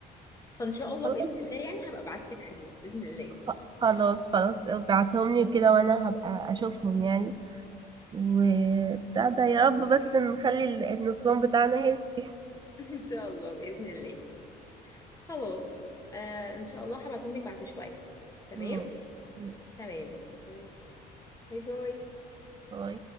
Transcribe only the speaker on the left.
فان شاء الله
باذن الله يعني هبقى ابعت لك حاجات باذن الله
<laughs> ان شاء الله باذن الله خلاص آه ان شاء الله هبعتهم لك بعد شويه تمام
تمام اوكي باي باي